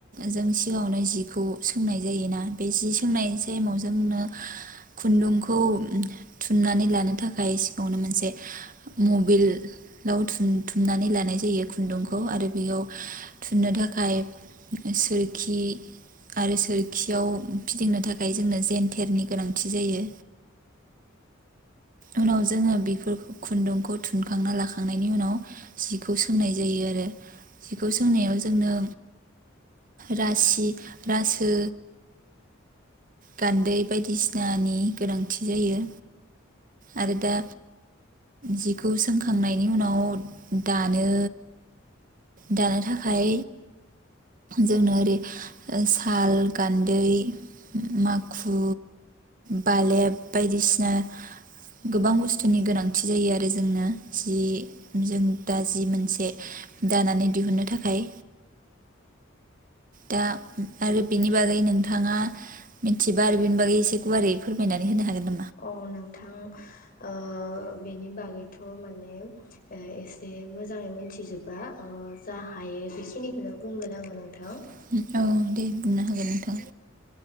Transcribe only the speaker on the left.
अ नोंथां ओ बेनि बागैथ' माने ओ एसे मोजाङै मोनथिजोबा ओ जा हायो बेखिनिखोनो बुंगोन आङो नोंथां